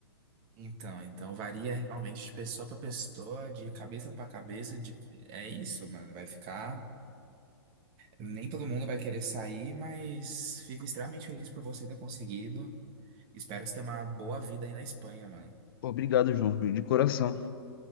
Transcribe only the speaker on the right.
então então varia realmente de pessoa para pessoa, de cabeça para cabeça, de... é isso, mano, vai ficar Nem todo mundo vai querer sair, mas fico extremamente feliz por você ter conseguido. Espero que você tenha uma boa vida aí na Espanha, mano.